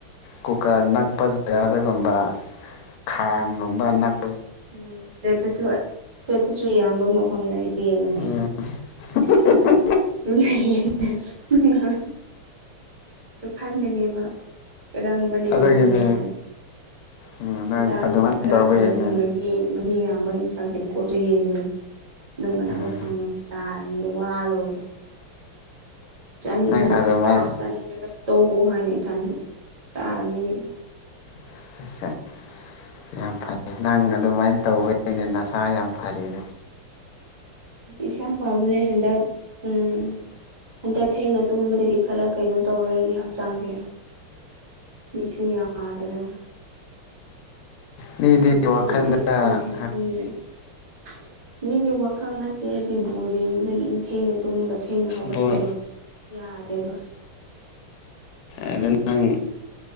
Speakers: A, on the left; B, on the right.
A: ꯀꯨꯀꯔ ꯅꯛꯄ ꯖꯒꯥꯗꯗꯒꯨꯝꯕ ꯑꯗꯨꯒꯨꯝꯕ ꯈꯥꯡꯒꯨꯝꯕ ꯅꯛ
B: ꯎꯝ ꯄ꯭ꯂꯦꯠꯇꯁꯨ꯫ ꯄ꯭ꯂꯦꯠꯇꯁꯨ ꯏꯌꯥꯝꯕ ꯃꯐꯝꯗ ꯌꯦꯡꯉꯅꯤ
A: ꯎꯝ <unintelligible> <inaudible>
B: ꯑꯗꯨꯅ ꯍꯦꯟꯅ ꯈꯪꯒꯅꯦꯕꯥ ꯀꯔꯝꯕꯅꯥ
A: ꯑꯗꯨꯒꯤꯅꯦ
B: ꯌꯥꯝꯒꯦ ꯍꯥꯏꯅꯥ
A: ꯎꯝ
B: ꯌꯦꯟꯁꯥꯡꯁꯨ
A: ꯅꯪ ꯑꯗꯨꯃꯥꯏꯅ
B: ꯈꯔ
A: ꯇꯧꯕꯒꯤꯅꯦ
B: ꯀꯩꯅꯣ ꯃꯍꯤ ꯃꯍꯤ ꯌꯥꯝꯕ ꯏꯟꯁꯥꯡ ꯇꯦꯡꯀꯣꯠꯇꯨ ꯌꯦꯡꯒꯅꯤ ꯑꯗꯨꯝꯕ ꯃꯅꯥꯒ
A: ꯎꯝ
B: ꯐꯪꯉꯗꯤ ꯆꯥꯔꯗꯤ ꯋꯥ ꯂꯣꯏꯔꯦ ꯆꯥꯅꯤꯡꯕ
A: ꯅꯪ ꯑꯗꯨꯃꯥꯏꯅ
B: ꯆꯥꯎ ꯆꯥꯅꯤꯡꯗ꯭ꯔꯒ ꯇꯣꯛꯎ ꯍꯥꯏꯅ ꯏꯊꯟꯗ ꯆꯥꯔꯅꯤ <inaudible> <unintelligible>
A: <unintelligible> ꯌꯥꯝ ꯐꯩ ꯅ ꯑꯗꯨꯃꯥꯏꯅ ꯇꯧꯕꯩꯅꯦ ꯅꯁꯥ ꯌꯥꯝ ꯐꯔꯤꯗꯨ
B: ꯏꯁꯥ ꯍꯋꯥꯕꯨ ꯍꯦꯗ ꯎꯝ <unintelligible> <inaudible> ꯍꯟꯗꯛ ꯊꯦꯡꯅ ꯇꯨꯝꯕꯗꯗꯤ ꯈꯔ ꯀꯩꯅꯣ ꯇꯧꯔꯦ ꯍꯛꯆꯥꯡꯁꯦ ꯃꯤꯠꯁꯨꯨ ꯌꯥꯗꯥꯔꯦ
A: ꯃꯤꯗꯤ
B: ꯣꯜꯒꯦꯝꯃꯒꯂ
A: ꯋꯥꯈꯜꯗ
B: ꯊꯅꯗ <unintelligible> ꯃꯤꯒꯤ ꯋꯥꯈꯜ ꯅꯠꯇꯦ ꯑꯩꯗꯤ ꯕꯣꯟꯌꯩꯡꯕꯗꯒꯤꯅ ꯊꯦꯡꯅꯥ ꯇꯨꯝꯃꯥꯒ ꯊꯦꯡꯅ ꯍꯧꯒꯠꯄꯗꯣ
A: ꯕꯣꯜ
B: ꯌꯥꯗꯦꯕꯥ
A: ꯑꯗꯨ ꯅꯪ